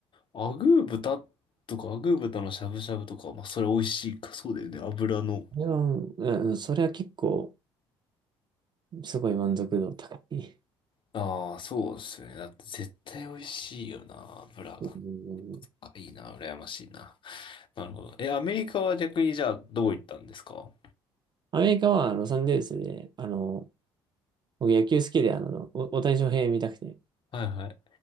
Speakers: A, on the left (about 40°); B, on the right (about 35°).
A: アグー豚とか、アグー豚のしゃぶしゃぶとか、まあ、それ美味しいか。そうだよね。油の。
B: それはもう、うん、それは結構、すごい満足度高い。
A: ああ、そうですよね。だって絶対美味しいよな、ブラが。
B: うん
A: あ、いいな、羨ましいな。なるほど。え、アメリカは逆にじゃあどこ行ったんですかは
B: アメリカはロサンゼルスで、あの、僕野球好きで、あの、お大谷翔平見たくて。
A: いはい。